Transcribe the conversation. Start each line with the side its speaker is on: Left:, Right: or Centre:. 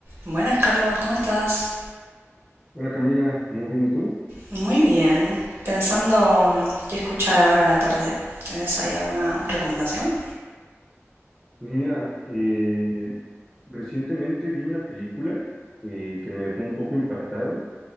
Right: Buenas, Carlos, ¿cómo estás?
Centre: Hola Camila, muy bien, ¿y tú?
Right: Muy bien. Pensando mm, qué escuchar ahora a la tarde. ¿Tenés ahí alguna recomendación?
Centre: Pues mira, eh, recientemente vi una película eh, que me dejó un poco impactado.